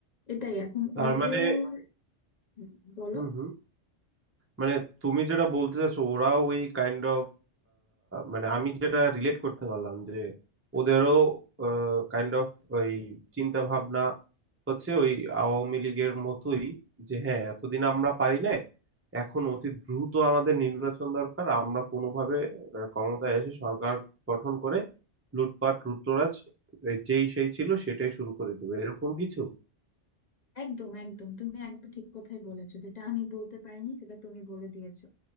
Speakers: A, on the left (about 45°); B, on the right (about 20°).
A: এটাই এখন
B: তার
A: ওদের
B: মানে
A: হুম, বলো
B: হুম হুম মানে তুমি যেটা বলতে চাচ্ছ ওরাও ওই কাইন্ড অফ মানে আমি যেটা রিলেট করতে পারলাম যে ওদেরও কাইন্ড অফ ওই চিন্তা ভাবনা হচ্ছে ওই আওয়ামী লীগের মতোই যে হ্যাঁ এতদিন আমরা পারি নাই এখন অতি দ্রুত আমাদের নির্বাচন দরকার আমরা কোনোভাবে আহ, ক্ষমতায় এসে সরকার গঠন করে লুটপাট লুটতরাজ এই যেই সেই ছিল সেটাই শুরু করে দেবে এরকম কিছু
A: একদম একদম তুমি একদম ঠিক কথাই বলেছো যেটা আমি বলতে পারিনি সেটা তুমি বলে দিয়েছো